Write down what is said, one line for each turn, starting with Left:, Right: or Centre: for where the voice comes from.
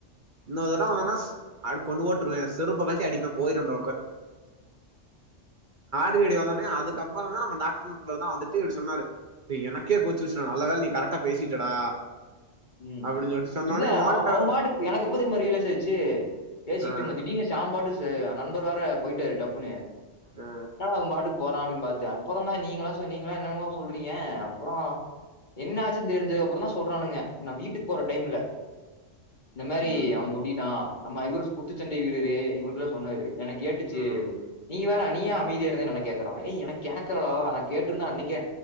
Right: இன்னொரு தரவ என்னா ஸ் !!!!!!!!!! திகிடி வந்தோன்னே அதுக்கப்றந்தா நம்ம டாக்டரு தா வந்துட்டு இப்டி சொன்னாரு அ எனக்கே கோச்சிருச்சுடா நல்ல வேல நீ கரெக்டா பேசிட்டடா
Left: ம்
Right: அப்டின்னு சொல்லிட்டு சொன்னோனே
Left: இல்ல
Right: ஓன்ட்ட
Left: அவ அவ பாட்டுக் எனக்கு எப்ப தெரிமா ரியலைஸ் ஆச்சு பேசிட்டுந்தே
Right: ஆ
Left: திடீர்னு சாம் பாட்டு ச நண்பர் வேற போயிட்டாரு டப்புனு என்னடா
Right: ஆ
Left: அவ பாட்டுக்கு போறா அப்டின் பாத்தே ப்றோந்தா நீங்கலா சொன்னீங்ல என்னன்னமோ சொல்றீங்க அப்றோ என்னாச்சு தெரிஞ்சதுக்கப்றோந்தா சொல்றானுங்க நா வீட்டுக்கு போற டைம்ல இந்த மாரி
Right: ம்
Left: அவ சொல்லிட்டா ஆமா இவரு குத்துச்சண்டை வீரரு இவருட்ட சொன்னாரு எனக்கு கேட்டுச்சு
Right: ஆ
Left: நீங்க வேற நீ ஏ அமைதியா இருந்தேன் என்ன கேக்குறா ஏய் எனக்கு கேக்கலடா நான்கேட்டிருந்தா அன்னைக்கே